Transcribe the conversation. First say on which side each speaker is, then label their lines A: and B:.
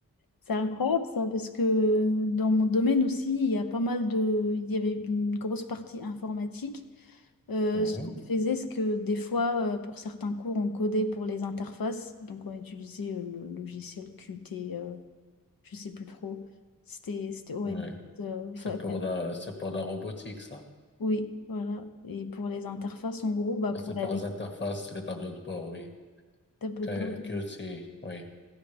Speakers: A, on the left; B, on the left.
A: c'est incroyable ça, parce que dans mon domaine aussi, il y a pas mal de. Il y avait une grosse partie informatique. Euh,
B: Mhm.
A: ce qu'on faisait, c'est que des fois, euh, pour certains cours, on codait pour les interfaces. Donc, on utilisait euh, le logiciel Qt, euh, je sais plus trop. C'était c'était horrible.
B: Ouais.
A: euh, enfin,
B: C'est pour la, c'est pour la robotique, ça.
A: Oui, voilà. Et pour les interfaces, en gros, bah, pour
B: C'est
A: la
B: pour
A: lecture,
B: les interfaces, les tableaux de bord, oui.
A: tableau
B: Q-
A: de bord,
B: QT, oui.